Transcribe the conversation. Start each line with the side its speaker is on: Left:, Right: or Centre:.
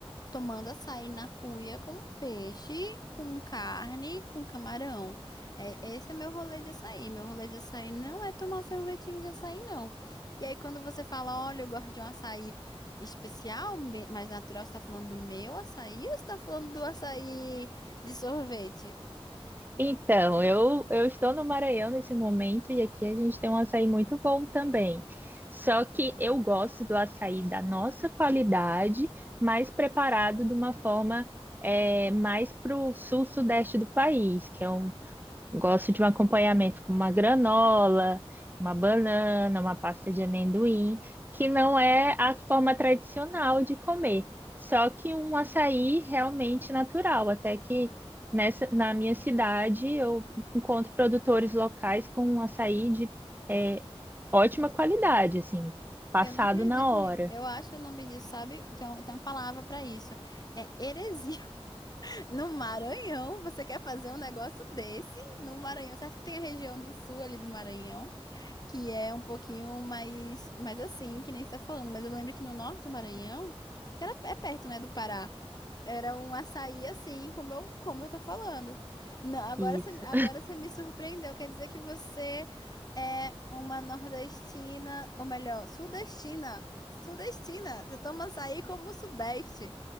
Left: Tomando açaí na cuia com peixe, com carne, com camarão. É, esse é meu rolê de açaí. Meu rolê de açaí não é tomar sorvetinho de açaí, não. E aí, quando você fala, olha, eu gosto de um açaí especial, me- mais natural, você tá falando do meu açaí ou você tá falando do açaí de sorvete?
Right: Então, eu, eu estou no Maranhão nesse momento e aqui a gente tem um açaí muito bom também. Só que eu gosto do açaí da nossa qualidade, mas preparado de uma forma é, mais para o sul-sudeste do país, que é um, Gosto de um acompanhamento com uma granola, uma banana, uma pasta de amendoim, que não é a forma tradicional de comer, só que um açaí realmente natural. Até que nessa, na minha cidade eu encontro produtores locais com um açaí de é, ótima qualidade, assim, passado
Left: Eu não acredito
Right: na
Left: nisso.
Right: hora.
Left: Eu acho o nome disso, sabe? Tem, um, tem uma palavra para isso. É heresia. No Maranhão, você quer fazer um negócio desse no Maranhão? Certo que tem a região do sul ali do Maranhão, que é um pouquinho mais, mais assim, que nem você tá falando, mas eu lembro que no norte do Maranhão, que era, é perto, né, do Pará, era um açaí assim, como eu, como eu tô falando. Não, agora
Right: Isso.
Left: você, agora você me surpreendeu, quer dizer que você é uma nordestina, ou melhor, sudestina. Sudestina, você toma açaí como o sudeste.